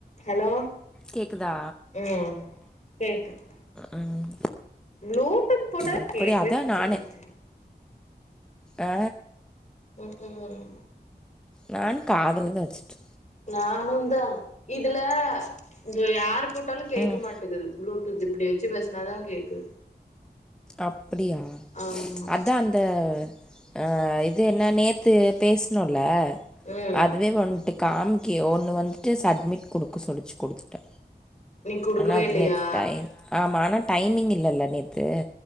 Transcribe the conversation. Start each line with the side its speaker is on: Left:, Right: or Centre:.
Left: hello
Centre: கேக்குதா
Left: ம் கேக்குது
Centre: ம்
Left: ப்ளூடூத் போட்ட
Centre: எப்டி
Left: கேட்கவே
Centre: அதா
Left: மாட்டக்குது
Centre: நானு ஆ
Left: <unintelligible>
Centre: நான் காதலதா வச்சுட்டு
Left: நானும் தா இதுல இங்க யாரு போட்டாலு கேட்க
Centre: ம்
Left: மட்டதது ப்ளூடூத் இப்டி வச்சு பேசுனாதா கேக்குது
Centre: அப்டியா
Left: ஆமா
Centre: அதா அந்த அ இது என்ன நேத்து பேசுனோ இல்ல
Left: ம்
Centre: அதுவே வன்டு காம்கியோனு வந்துட்டு சட்மிட் குடுக்க சொல்லிச்சு குடுத்துட்ட
Left: நீ குடுக்கவே
Centre: நல்லருக்
Left: இல்லையா
Centre: நேத் டயட் ஆமா ஆனா டைமிங் இல்லல்ல நேத்து